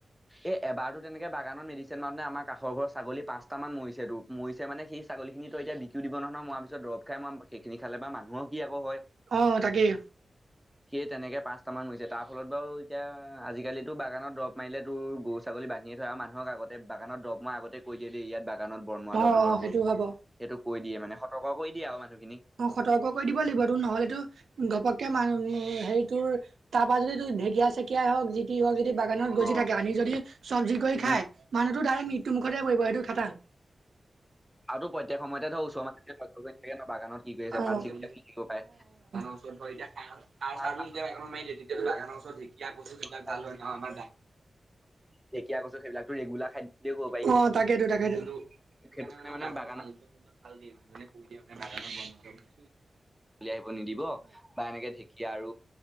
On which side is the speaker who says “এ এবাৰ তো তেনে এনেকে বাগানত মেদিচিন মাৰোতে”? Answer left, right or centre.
Centre